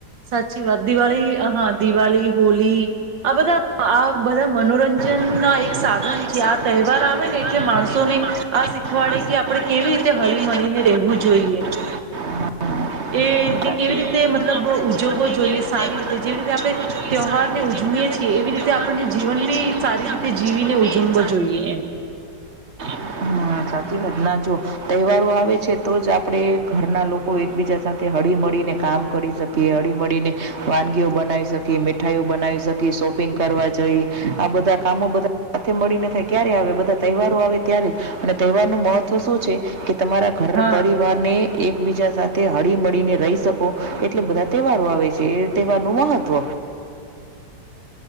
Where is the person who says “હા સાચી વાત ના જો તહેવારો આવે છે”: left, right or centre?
Right